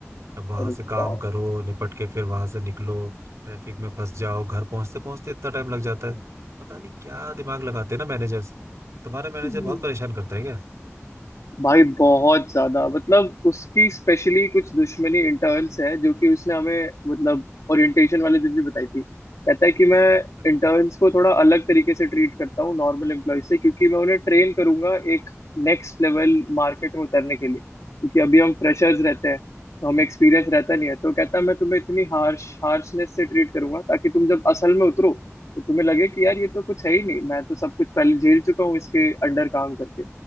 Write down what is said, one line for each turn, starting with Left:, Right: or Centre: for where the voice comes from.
Right: अब वहां
Left: अरे
Right: से काम
Left: बाप
Right: करो निपट के फिर वहां से निकलो ट्रैफिक में फंस जाओ घर पहुंचते पहुंचते इतना टाइम लग जाता है पता नहीं क्या दिमाग लगाते हैं ना मैनेजर्स तुम्हारा मैनेजर
Left: हम्म।
Right: बहुत परेशान करता है क्या
Left: भाई बहुत ज्यादा मतलब उसकी स्पेशली कुछ दुश्मनी इंटर्न्स है जो कि उसने हमें मतलब ओरिएंटेशन वाले दिन भी बताई थी कहता है कि मैं
Right: अच्छा
Left: इंटर्न्स को थोड़ा अलग तरीके से ट्रीट करता हूँ नॉर्मल एम्प्लॉय से क्योंकि मैं उन्हें ट्रेन करूंगा एक नेक्स्ट लेवल मार्केट में उतरने के लिए क्योंकि अभी हम फ्रेशर्स रहते हैं तो हमें एक्सपीरियंस रहता नहीं है तो कहता है मैं तुम्हें इतनी हार्श हार्शनेस से ट्रीट करूंगा ताकि तुम जब असल में उतरो तो तुम्हें लगे कि यार ये तो कुछ है ही नहीं मैं तो सब कुछ पहले झेल चुका हूँ इसके अंडर काम करके